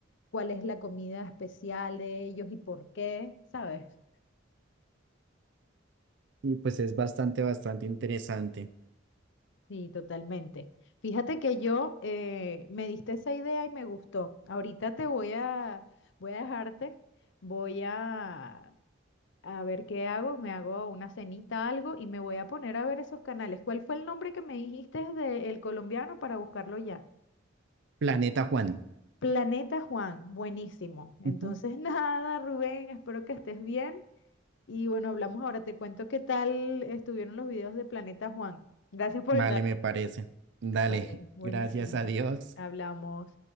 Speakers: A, on the left (about 65°); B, on the right (about 65°).
A: cuál es la comida especial de ellos y por qué, ¿sabes?
B: Y pues es bastante, bastante interesante.
A: Sí, totalmente. Fíjate que yo eh, me diste esa idea y me gustó. Ahorita te voy a, voy a dejarte, voy a, a ver qué hago, me hago una cenita, algo y me voy a poner a ver esos canales. ¿Cuál fue el nombre que me dijiste del colombiano para buscarlo ya?
B: Planeta Juan.
A: Planeta Juan, buenísimo. Entonces,
B: Ujú.
A: <laughs> nada, Rubén, espero que estés bien. Y bueno, hablamos ahora. Te cuento qué tal estuvieron los videos de Planeta Juan. Gracias por
B: Vale,
A: el dato.
B: me parece. Dale,
A: Vale, buenísimo.
B: gracias a Dios.
A: Hablamos.